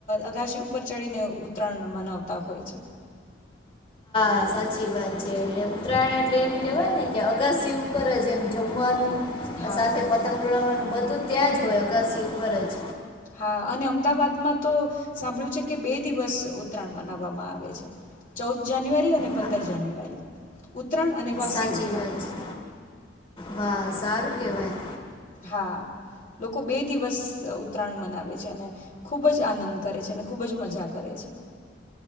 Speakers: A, on the left; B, on the left.
A: અગાશી ઉપર ચડીને ઉત્તરાયણ મનાવતા હોય છે.
B: હા સાચી વાત છે. એટલે ઉત્તરાયણ એટલે એમ કેવાય ને કે અગાસી ઉપર જ એમ જમવાનું
A: હા
B: સાથે પતંગ ઉડાવવાનું બધું જ ત્યાં જ હોય અગાસી ઉપર જ.
A: હા અને અમદાવાદમાં તો સાંભળ્યું છે. કે બે દિવસ ઉત્તરાયણ મનાવવામાં આવે છે. ચૌદ જાન્યુઆરી અને
B: હા
A: પંદર જાન્યુઆરી. ઉત્તરાયણ અને વાર્ષિક
B: સાચી
A: ઉત્તરાયણ
B: વાત છે વાહ સારું કહેવાય.
A: હા, લોકો બે દિવસ ઉત્તરાયણ મનાવે છે અને ખૂબ જ આનંદ કરે છે અને ખૂબ જ મજા કરે છે.